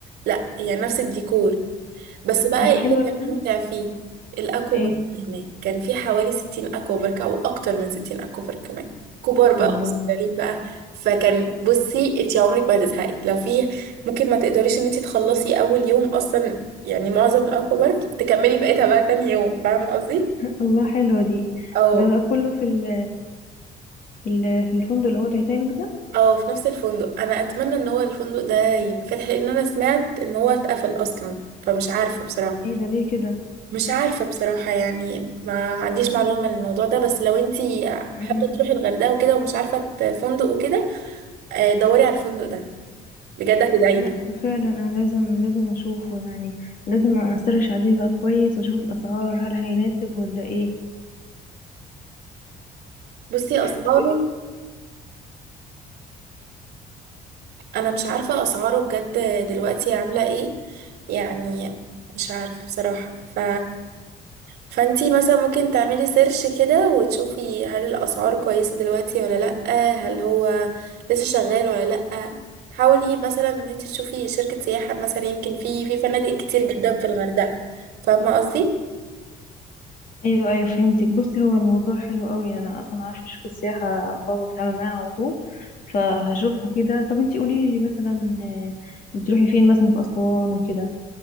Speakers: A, on the right (about 80°); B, on the left (about 55°).
A: لا يعني نفس الديكور بس بقى
B: طب
A: ايه
B: حلوة
A: اللي كان
B: يعني
A: ممتع فيه الاكوا
B: ايه
A: بارك هناك كان في حوالي 60 اكوا بارك او اكتر من 60 اكوا بارك كمان كبار بقى
B: الله
A: وصغيرين بقى فكان بصي انت عمرك ما هتزهقي لو في ممكن ما تقدريش ان انت تخلصي اول يوم اصلا يعني معظم الاكوا بارك تكملي بقيتها بقى تاني يوم فاهمه قصدي
B: الله حلوة دي
A: او
B: ده بقى كله في ال في ال في الفندق اللي هو تايتانيك ده
A: او في نفس الفندق انا اتمنى ان هو الفندق ده يبقى فاتح لان انا سمعت ان هو اتقفل اصلا فمش عارفه بصراحه
B: ايه ده ليه كده
A: مش عارفة بصراحة يعني ما, ما عنديش معلومة عن الموضوع ده بس لو انتي
B: امم
A: حابة تروحي الغردقة وكده ومش عارفة ت- فندق وكده آه، دوري على الفندق ده بجد هتدعي
B: لا
A: لي
B: فعلا انا لازم لازم اشوفه يعني لازم اسرش عليه بقى كويس واشوف الاسعار هل هيناسب ولا ايه
A: بصي أسعاره
B: طب
A: انا مش عارفة اسعاره بجد دلوقتي عاملة ايه يعني مش عارفة بصراحة ف فانتي مثلا ممكن تعملي سيرش كده وتشوفي هل الاسعار كويسة دلوقتي ولا لأ هل هو لسه شغال ولا لأ حاولي مثلا ان انتي تشوفي شركة سياحة مثلا يمكن في في فنادق كتير جدا في الغردقة فاهمة قصدي
B: ايوه ايوه فهمتك بصي هو الموضوع حلو قوي انا اصلا عارفه شركه السياحه بابا بيتعامل معايا على طول فهشوفها كده طب انتي قولي لي مثلا آه، بتروحي فين مثلا في اسوان وكده